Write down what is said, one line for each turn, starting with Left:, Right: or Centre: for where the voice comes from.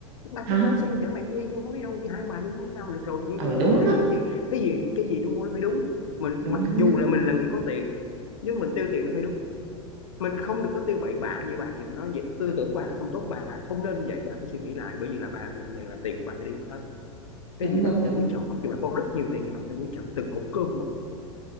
Left: ba
Right: hả
Left: tôi lái xe chở mẹ tôi đi chứ muốn đi đâu đi hai ông bà đi với nhau được rồi
Right: ừ
Left: mua
Right: đúng
Left: thêm cái
Right: á
Left: nữa chi cái gì cái gì tôi mua nó phải đúng mình
Right: đúng
Left: mặc
Right: đúng
Left: dù
Right: đúng
Left: là mình là người có tiền nhưng mình tiêu tiền nó phải đúng mình không được có tiêu bậy bạ như bà vừa nói vậy tư tưởng của bà là không tốt bà không nên như vậy bà phải suy nghĩ lại bởi vì là bà như vậy là tiền của bà phải đi hết cái
Right: đúng
Left: gì bà
Right: đúng
Left: phải
Right: đúng
Left: quý trọng mặc dù bà có rất nhiều tiền nhưng bà phải quý trọng từng hộp cơm một